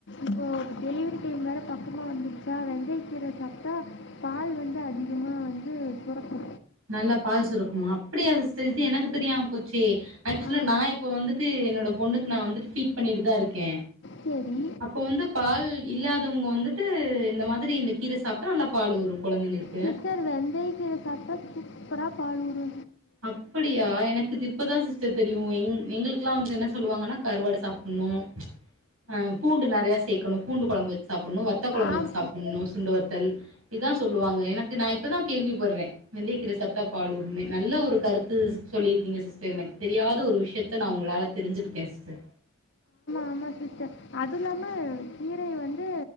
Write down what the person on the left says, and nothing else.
இப்போ டெலிவரி டைம் வேற பக்கமாக வந்துருச்சா வெந்தக்கீரை சாப்டா பால் வந்து அதிகமாக வந்து சுரக்கு
ஆ
சேரி
சிஸ்டர் வெந்தைய கீர சாப்டா சூப்பரா பாலூறு
ஆம்
ஆமா சிஸ்டர் அது இல்லாம கீரைய வந்து